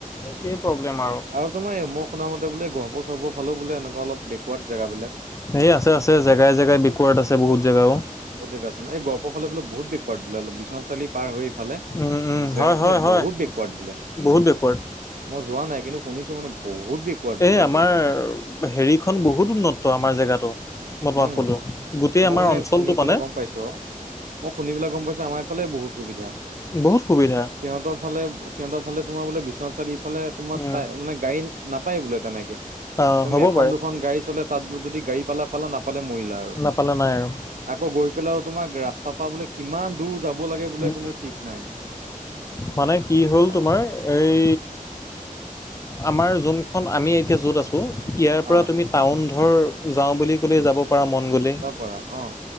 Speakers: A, on the left (about 20°); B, on the right (about 65°).
A: একেই প্ৰবলেম
B: আৰু তোমাৰ মই শুনা মতে বোলে, গৰ্ব চৰ্বৰ ফালেও বোলে এনেকুৱা অলপ বেকৱাৰ্ড জেগাবিলাক?
A: হেই আছে, আছে জেগাই জেগাই বেকৱাৰ্ড আছে বহুত। জেগাও
B: বহুত জেগা আছে নহ, এই গহপুৰ ফালে বোলে বহুত বেকৱাৰ্ড বোলে বিশ্বনাথ চাৰিআলি পাৰ হৈ ফালে,
A: উম উম
B: জেগা
A: হয়
B: খিনি
A: হয় হয়
B: বহুত বেকৱাৰ্ড বোলে?
A: বহুত বেকৱাৰ্ড
B: মই যোৱা নাই। কিন্তু, শুনিছো মানে বহুত বেকৱাৰ্ড বোলে
A: এ আমাৰ
B: একে।
A: হেৰিখন বহুত উন্নত, আমাৰ জেগাটো মই তোমাক
B: উম,
A: কলো। গোটেই
B: মই
A: আমাৰ
B: মানে,
A: অঞ্চলটো
B: শুনি পেলাই
A: মানে
B: গম পাইছো। মই শুনি পেলাই গম পাইছো, আমাৰ এইফালে বহুত সুবিধা।
A: বহুত সুবিধা
B: সিহঁতৰ ফালে, সিহঁতৰ ফালে তোমাৰ বোলে বিশ্বনা সেইফালে তোমাৰ,
A: উম
B: তাই মানে গাড়ী নাপায় বোলে তেনেকে?
A: অ
B: তুমি
A: হ'ব
B: এখন
A: পাৰে
B: দুখন গাড়ী চলে, তাত <unintelligible> যদি গাড়ী পালা পালা নাপালে মৰিলা আৰু,
A: নাপালে নাই আৰু
B: আকৌ গৈ পেলাই আৰু তোমাক ৰাস্তা পৰা বোলে কিমান দূৰ যাব লাগে বোলে
A: উম
B: কোনো ঠিক নাই?
A: মানে, কি হ'ল
B: বা
A: তোমাৰ এই আমাৰ যোনখন আমি এতিয়া য'ত আছো, ইয়াৰ পৰা
B: অ'
A: তুমি টাউন ধৰ, যাওঁ বুলি ক'লে যাব পাৰা মন গ'লে
B: <unintelligible> পৰা অ'।